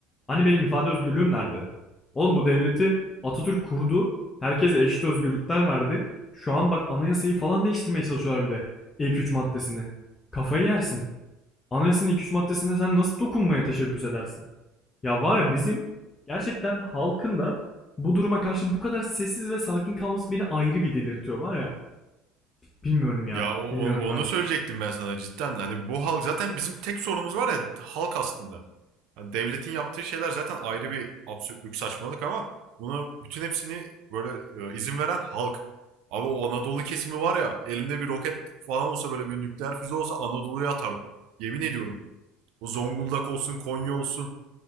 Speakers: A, on the left; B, on the right.
A: Hani benim ifade özgürlüğüm nerede? Oğlum bu devleti Atatürk kurdu. Herkese eşit özgürlükler verdi. Şu an bak anayasayı falan değiştirmeye çalışıyorlar bir de. İlk 3 maddesini. Kafayı yersin. Anayasanın ilk 3 maddesine sen nasıl dokunmaya teşebbüs edersin? Ya var ya bizim gerçekten halkın da bu duruma karşı bu kadar sessiz ve sakin kalması beni ayrı bir delirtiyor var ya. Bilmiyorum
B: Ya
A: ya.
B: o, o-
A: Bilmiyorum
B: onu
A: ya.
B: söyleyecektim ben sana cidden. Hani bu hal zaten bizim tek sorunumuz var ya halk aslında. Hani devletin yaptığı şeyler zaten ayrı bir absürtlük, saçmalık ama buna bütün hepsini böyle e, izin veren halk. Abi o Anadolu kesimi var ya elimde bir roket falan olsa böyle bir nükleer füze olsa Anadolu'ya atarım. Yemin ediyorum. O Zonguldak olsun, Konya olsun.